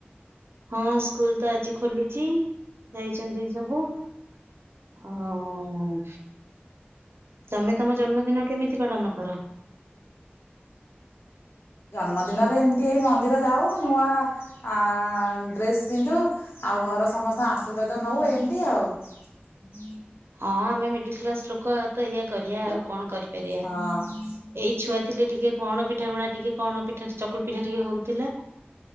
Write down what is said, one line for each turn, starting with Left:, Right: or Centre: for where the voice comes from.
Right: ହଁ ସ୍କୁଲ ତ ଆଜି ଖୋଲିଛି ଯାଇଛନ୍ତି ସବୁ ଆ ହୋ ତମେ ତମ ଜନ୍ମଦିନ କେମିତି ପାଳନ କର?
Left: ଜନ୍ମଦିନରେ ଏମିତି ଏଇ ମନ୍ଦିର ଯାଉ ନୂଆ ଆ ଡ୍ରେସ୍ ପିନ୍ଧୁ ଆଉ ଘର ସମସ୍ତଙ୍କ ଆଶୀର୍ବାଦ ନୋଉ ଏମିତି ଆଉ ହୁଁ
Right: ହଁ ଆମେ ମିଡିଲ କ୍ଲାସ ଲୋକ ତ ଇଆ କରିବା ଆଉ କଣ କର ପେରିଆ
Left: ହଁ
Right: ଏଇ ଛୁଆ ଥିଲେ ଟିକେ କଣ ଟିକେ କଣ ପିଠା ଚକୁ ପିଠା ଟିକେ ହଉ କହୁଥିଲେ